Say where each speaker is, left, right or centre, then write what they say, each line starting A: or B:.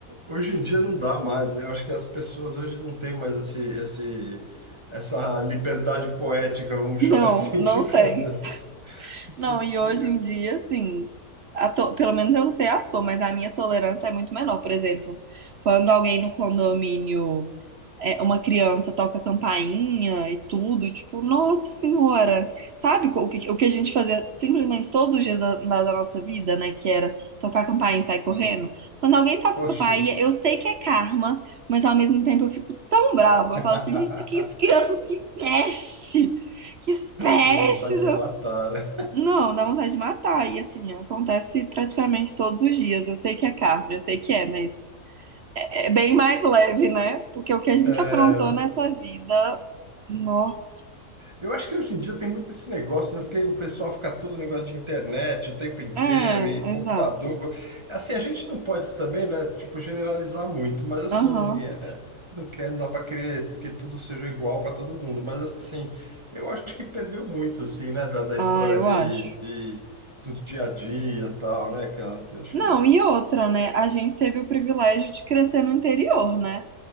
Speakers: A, on the right; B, on the right.
A: hoje em dia não dá mais, né? Eu acho que as pessoas hoje não têm mais esse, esse, essa liberdade poética, vamos
B: não,
A: chamar <laughs> assim,
B: não
A: de
B: tem.
A: fazer essas. coisas.
B: Não,
A: Porque,
B: e hoje em dia, assim, a to- pelo menos eu não sei a sua, mas a minha tolerância é muito menor. Por exemplo, quando alguém no condomínio é, uma criança toca campainha e tudo, tipo, nossa senhora, sabe o que, o que a gente fazia simplesmente todos os dias da, da- da nossa vida, né? Que era tocar campainha e sair correndo.
A: não,
B: Quando alguém toca
A: poxa,
B: campainha, eu sei que é karma, mas ao mesmo tempo eu fico tão brava.
A: <laughs>
B: Eu falo assim, gente, que criança, que peste! Que pestes!
A: não, vontade de matar, né?
B: Não, dá vontade de matar. E assim, acontece praticamente todos os dias. Eu sei que é karma, eu sei que é, mas. É bem mais leve, né? Porque o que a gente
A: É, é,
B: aprontou nessa vida. Nó.
A: Eu acho que hoje em dia tem muito esse negócio, né? Porque o pessoal fica todo negócio de internet o tempo inteiro
B: É,
A: e computador.
B: exato.
A: Assim, a gente não pode também, né? Tipo, generalizar muito, mas assim,
B: Aham.
A: é, não quer, não dá para querer que tudo seja igual para todo mundo. Mas assim, eu acho que perdeu muito, assim, né? Da, da
B: Ah,
A: história
B: eu
A: de,
B: acho.
A: de- do dia a dia e tal, né, cara? Eu acho
B: Não,
A: que
B: e outra, né? A gente teve o privilégio de crescer no interior, né?